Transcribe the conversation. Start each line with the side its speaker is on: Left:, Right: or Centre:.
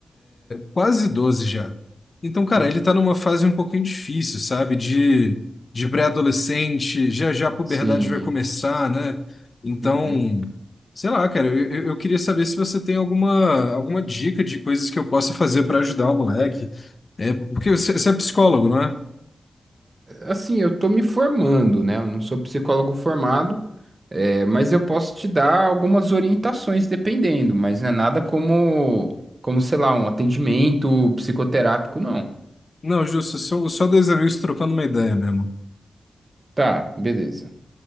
Left: Quase 12 já. Então, cara,
Right: hum,
Left: ele tá numa fase um pouquinho difícil, sabe? De, de pré-adolescente, já já a puberdade
Right: Sim.
Left: vai começar, né? Então,
Right: uhum.
Left: sei lá, cara, eu, eu eu queria saber se você tem alguma, alguma dica de coisas que eu possa fazer pra ajudar o moleque. É, porque você, você é psicólogo, não é?
Right: Assim, eu tô me formando, né? Eu não sou psicólogo formado, é, mas eu posso te dar algumas orientações dependendo, mas não é nada como, como, sei lá, um atendimento psicoterápico, não.
Left: Não, justo, só, só dois amigos trocando uma ideia mesmo.
Right: Tá, beleza.